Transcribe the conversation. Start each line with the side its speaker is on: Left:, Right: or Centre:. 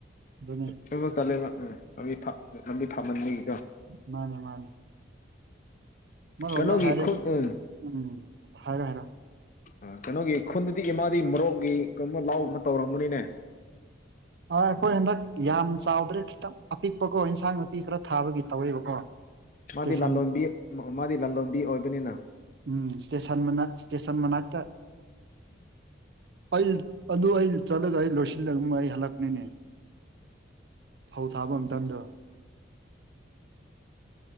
Right: ꯑꯗꯨꯅꯦ
Left: ꯀꯣ ꯆꯠꯂꯦꯕ ꯎꯝ ꯂꯝꯕꯤ ꯂꯝꯕꯤ ꯊꯝꯃꯟꯅꯤꯡ
Right: ꯃꯥꯅꯦ ꯃꯥꯅꯦ ꯑꯃꯔꯣꯝꯗ
Left: ꯀꯩꯅꯣꯒꯤ
Right: ꯍꯥꯏꯔꯗꯤ
Left: ꯈꯨꯠ ꯎꯝ
Right: ꯎꯝ ꯍꯥꯏꯔꯣ ꯍꯥꯏꯔꯣ
Left: ꯎꯝ ꯀꯩꯅꯣꯒꯤ ꯈꯨꯟꯗꯗꯤ ꯏꯃꯥꯗꯤ ꯃꯣꯔꯣꯛꯒꯤ ꯀꯩꯅꯕ ꯂꯥꯎ ꯑꯃ ꯇꯧꯔꯝꯕꯅꯤꯅꯦ
Right: ꯑ ꯑꯩꯈꯣꯏ ꯍꯟꯗꯛ ꯌꯥꯝ ꯆꯥꯎꯗ꯭ꯔꯦ ꯈꯤꯇꯪ ꯑꯄꯤꯛꯄꯀꯣ ꯏꯟꯁꯥꯡ ꯅꯥꯄꯤ ꯈꯔ ꯊꯥꯕꯒꯤꯣ ꯇꯧꯋꯦꯕꯀꯣ
Left: ꯃꯥꯗꯤ
Right: ꯁꯇꯦꯁꯟ
Left: ꯂꯂꯣꯟꯕꯤ ꯃꯥꯗꯤ ꯂꯂꯣꯟꯕꯤ ꯑꯣꯏꯕꯅꯤꯅ
Right: ꯎꯝ ꯁꯇꯦꯁꯟ ꯃ ꯆꯁꯟ ꯃꯅꯥꯛꯇ
Left: ꯎꯝ
Right: ꯑꯩ ꯑꯗꯨ ꯑꯩ ꯆꯠꯂꯒ ꯑꯩ ꯂꯣꯏꯁꯤꯜꯂꯝ ꯑꯩ ꯍꯜꯂꯛꯄꯅꯤꯅꯦ ꯐꯧ ꯊꯥꯕ ꯃꯇꯝꯗ